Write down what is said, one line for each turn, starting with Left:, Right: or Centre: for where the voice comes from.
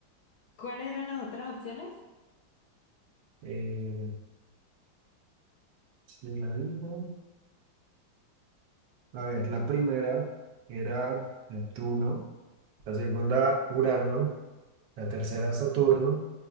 Left: ¿cuáles eran las otras opciones?
Right: Eh, si la digo. A
Left: Sí.
Right: ver, la primera era Neptuno. La segunda, Urano. La tercera, Saturno.